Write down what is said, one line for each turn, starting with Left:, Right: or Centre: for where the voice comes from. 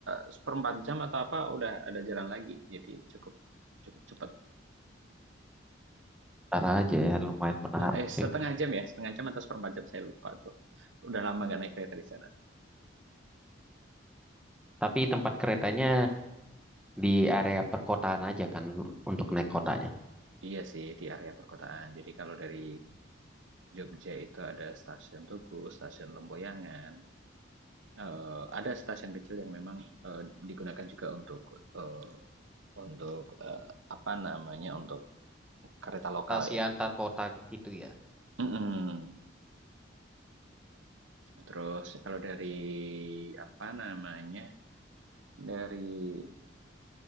Right: seperempat jam atau apa udah ada jalan lagi. Jadi cukup cukup cepat.
Centre: Bentar aja ya, lumayan menarik
Right: Eh
Centre: sih.
Right: setengah jam ya, setengah jam atau seperempat jam saya lupa tuh. Udah lama gak naik kereta di sana.
Centre: Tapi tempat keretanya di area perkotaan aja kan untuk naik kotanya.
Right: Iya sih, di area perkotaan. Jadi kalau dari Jogja itu ada stasiun Tugu, stasiun Lemboyangan. Eh, ada stasiun kecil yang memang eh, digunakan juga untuk eh, untuk eh, apa namanya untuk kereta lokal
Centre: transportasi
Right: ya.
Centre: antar kota gitu ya.
Right: Mm-mm.
Centre: Oh, menarik banget.
Right: Terus kalau dari apa namanya dari